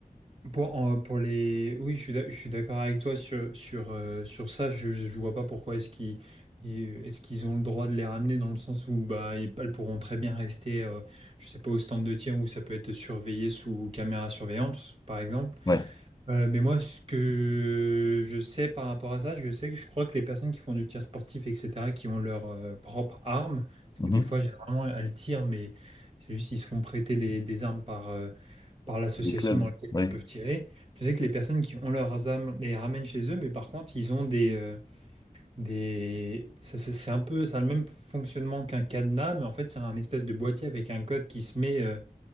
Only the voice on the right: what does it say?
Pour, en- pour les... Oui, je suis d'ac- je suis d'accord avec toi sur, sur, euh, sur ça. Je ne vois pas pourquoi est-ce qu'ils et- est-ce qu'ils ont le droit de les ramener dans le sens où bah, ils- elles pourront très bien rester, euh, je sais pas, au stand de tir où ça peut être surveillé sous caméra surveillante, par exemple.
Euh, mais moi, ce que je sais par rapport à ça, je sais que je crois que les personnes qui font du tir sportif, etc., qui ont leur euh, propre arme, parce
que des fois, généralement, elles tirent, mais c'est juste ils se font prêter des, des armes par, euh, par l'association
dans laquelle
ils peuvent tirer. Je sais que les personnes qui ont leurs armes les ramènent chez eux, mais par contre, ils ont des... euh, des... ça, ça- c'est un peu, ça a le même fonctionnement qu'un cadenas, mais en fait, c'est un espèce de boîtier avec un code qui se met... euh,